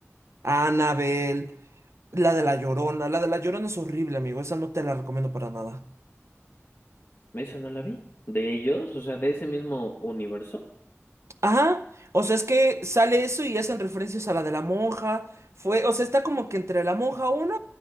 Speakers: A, on the right (about 70°); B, on the left (about 45°).
A: Annabelle, la de la Llorona. La de la Llorona es horrible, amigo. Esa no te la recomiendo para nada.
B: ¿esa no la vi? ¿De ellos? O sea, de ese mismo universo.
A: Ajá. O sea, es que sale eso y hacen referencias a la de la monja. Fue, o sea, está como que entre la monja uno